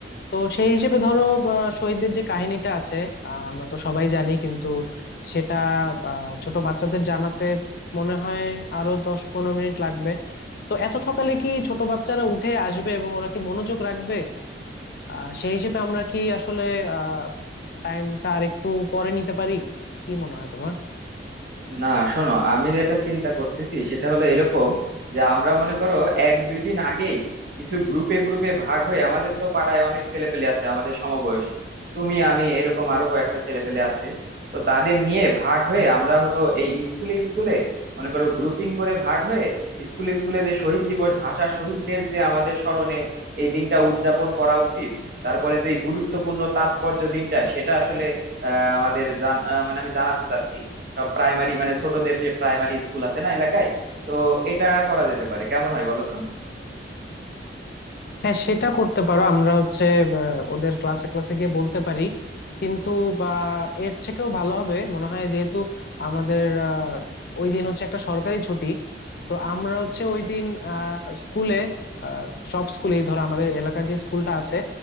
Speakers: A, on the left; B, on the right.
A: তো সেই হিসেবে ধরো বা, শহীদদের যে কাহিনীটা আছে আহ, আমরা তো সবাই জানি কিন্তু সেটা আহ, ছোট বাচ্চাদের জানাতে মনে হয় আরো দশ পনেরো মিনিট লাগবে তো এত সকালে কি ছোট বাচ্চারা উঠে আসবে এবং ওরা কি মনোযোগ রাখবে আহ সেই হিসেবে আমরা কি আসলে আহ টাইমটা আর একটু পরে নিতে পারি কি মনে হয় তোমার
B: না শোনো আমি যেটা চিন্তা করতেছি সেটা হলো এরকম যে আমরা মনে করো এক দুই দিন আগেই কিছু গ্রুপে গ্রুপে ভাগ হয়ে আমাদের তো পাড়ায় অনেক ছেলেপেলে আছে আমাদের সমবয়সী তুমি আমি এরকম আরো কয়েকটা ছেলেপেলে আছে তো তাদের নিয়ে ভাগ হয়ে
A: হ্যাঁ
B: আমরা হলো এই স্কুলে স্কুলে মনে করো গ্রুপিং করে ভাগ হয়ে স্কুলে স্কুলে যে শহীদ দিবস ভাষা শহীদদের যে আমাদের স্মরণে এই দিনটা উদযাপন করা উচিত তারপরে যে গুরুত্বপূর্ণ তাৎপর্য দিনটা সেটা আসলে আহ আমাদের জান আহ, মানে আমি জানাতে চাচ্ছি সব প্রাইমারি মানে ছোটদের যে প্রাইমারি স্কুল আছে না এলাকায় তো এটা করা যেতে পারে কেমন হয় বলো তো
A: হ্যাঁ সেটা করতে পারো আমরা হচ্ছে আহ, ওদের ক্লাসে ক্লাসে গিয়ে বলতে পারি কিন্তু বা এর থেকেও ভালো হবে মনে হয় যেহেতু আমাদের আহ ওই দিন হচ্ছে একটা সরকারি ছুটি তো আমরা হচ্ছে ওই দিন আহ স্কুলে আহ সব স্কুলেই ধরো আমাদের এলাকার যে স্কুলটা আছে